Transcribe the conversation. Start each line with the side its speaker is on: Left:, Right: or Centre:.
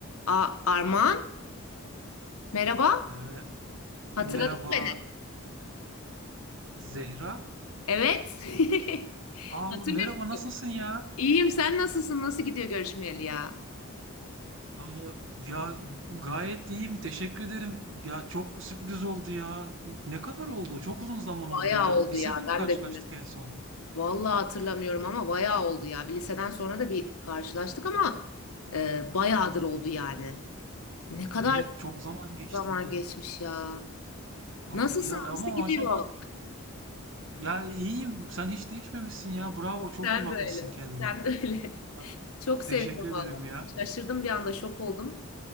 Left: A Armağan, merhaba.
Right: Ee, merhaba
Left: Hatırladın mı beni?
Right: Zehra.
Left: Evet. <laughs>
Right: Aa
Left: Hatırlıyor
Right: merhaba
Left: musun?
Right: nasılsın ya?
Left: İyiyim. Sen nasılsın? Nasıl gidiyor görüşmeyeli ya?
Right: Aa, ya gayet iyiyim teşekkür ederim. Ya çok sürpriz oldu ya. Ne kadar oldu? Çok uzun zaman
Left: Bayağı
Right: oldu ya.
Left: oldu
Right: Lisede
Left: ya.
Right: mi
Left: Ben
Right: karşılaştık
Left: de bilmiyorum.
Right: en son?
Left: Vallahi hatırlamıyorum ama bayağı oldu ya. Bir liseden sonra da bir karşılaştık ama e, bayağıdır oldu yani. Ne kadar
Right: Evet çok zaman geçti.
Left: zaman geçmiş ya.
Right: Aa,
Left: Nasılsın?
Right: ya ama
Left: Nasıl
Right: maşallah.
Left: gidiyor?
Right: Yani iyiyim. Sen hiç değişmemişsin ya. Bravo çok
Left: Sen
Right: iyi bakmışsın
Left: de öyle.
Right: kendine.
Left: Sen de öyle.
Right: Ha,
Left: <laughs> Çok sevindim
Right: Teşekkür ederim
Left: vallahi.
Right: ya.
Left: Şaşırdım bir anda. Şok oldum.